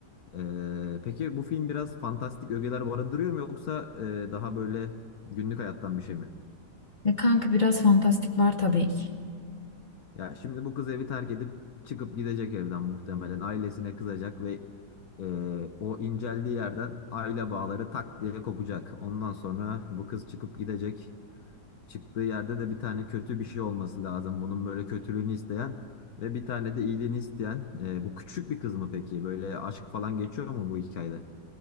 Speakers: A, on the left; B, on the left.
A: E, peki bu film biraz fantastik ögeler barındırıyor mu yoksa e, daha böyle günlük hayattan bir şey mi?
B: E kanka biraz fantastik var tabii ki.
A: Ya şimdi bu kız evi terk edip çıkıp gidecek evden muhtemelen. Ailesine kızacak ve e, o inceldiği yerden aile bağları tak diye kopacak. Ondan sonra bu kız çıkıp gidecek. Çıktığı yerde de bir tane kötü bir şey olması lazım. Bunun böyle kötülüğünü isteyen ve bir tane de iyiliğini isteyen. E, bu küçük bir kız mı peki? Böyle aşk falan geçiyor mu bu hikayede?